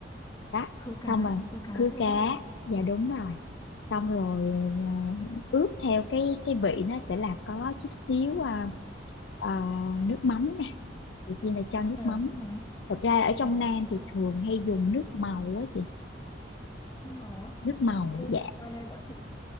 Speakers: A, on the left; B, on the left.
A: đó.
B: khứ
A: xong
B: cá
A: rồi
B: khứ cá
A: khứa
B: đúng
A: cá
B: không
A: dạ đúng rồi xong rồi à, ướp theo cái cái vị nó sẽ là có chút xíu à, à, nước mắm nè đầu tiên là cho nước
B: ờ
A: mắm
B: nước mắm
A: thật ra là ở trong
B: rồi
A: Nam thì thường hay dùng nước màu á chị
B: Đúng rồi.
A: nước màu
B: Ừ,
A: dạ
B: ngoài này bọn chị